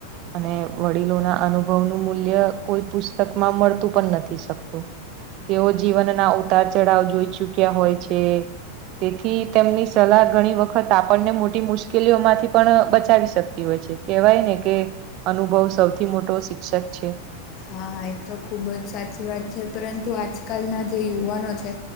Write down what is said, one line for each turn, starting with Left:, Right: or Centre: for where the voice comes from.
Right: અને વડીલોના અનુભવનું મૂલ્ય કોઈ પુસ્તકમાં મળતું પણ નથી શકતું. તેઓ જીવનના ઉતાર ચઢાવ જોઈ ચુક્યા હોય છે. તેથી તેમની સલાહ ઘણી વખત આપણને મોટી મુશ્કેલીઓમાંથી પણ બચાવી શકતી હોય છે. કેવાય ને કે અનુભવ સૌથી મોટો શિક્ષક છે.
Left: હા હા એ તો ખૂબ જ સાચી વાત છે, પરંતુ આજકાલના જે યુવાનો છે.